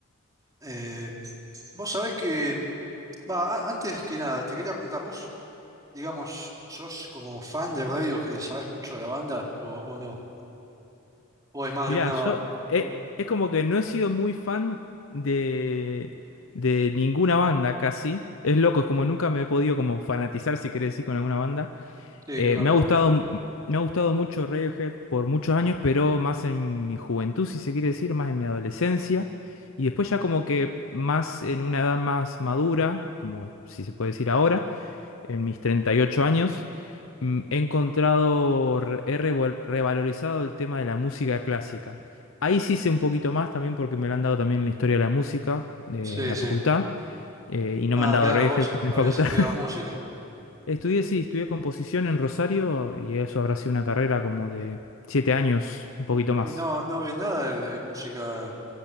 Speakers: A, on the right; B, on the left.
A: eh, vos sabés que, va, a- antes que nada, te quería preguntar, vos, digamos, ¿sos como fan de Radiohead y sabés mucho de la banda o, o no? ¿O es más
B: Mirá,
A: de una...
B: yo eh,
A: Un...
B: es como que no he sido muy fan de, de ninguna banda casi. Es loco, es como nunca me he podido como fanatizar, si querés decir, con alguna banda.
A: Sí,
B: Eh,
A: yo tampoco.
B: me ha gustado, m- me ha gustado mucho Radiohead por muchos años, pero más en mi juventud, si se quiere decir, más en mi adolescencia. Y después ya como que más en una edad más madura, como si se puede decir ahora en mis 38 años, mm, he encontrado, re- he revol- revalorizado el tema de la música clásica. Ahí sí sé un poquito más también porque me lo han dado también en la historia de la música eh,
A: Sí,
B: en la
A: sí.
B: facultad eh, y no
A: Ah,
B: me han dado
A: claro,
B: redes
A: vos
B: en
A: sos-
B: la
A: habías
B: facultad.
A: estudiado
B: <laughs>
A: música.
B: Estudié, sí, estudié composición en Rosario y eso habrá sido una carrera como de 7 años, un poquito más.
A: Y no, no ves nada de música